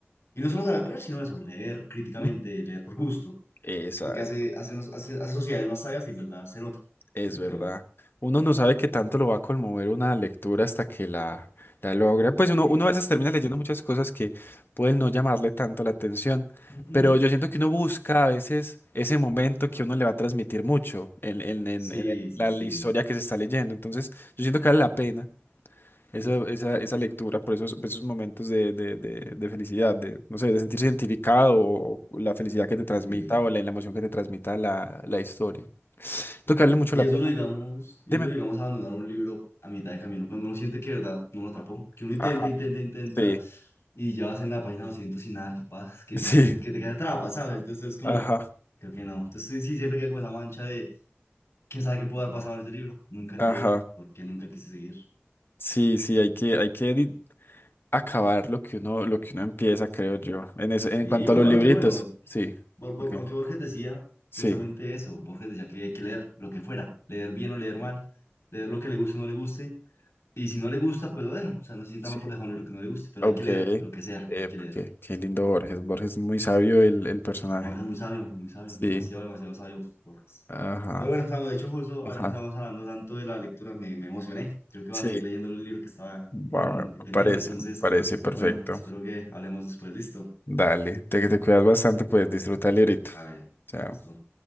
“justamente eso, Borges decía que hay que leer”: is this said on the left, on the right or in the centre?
Left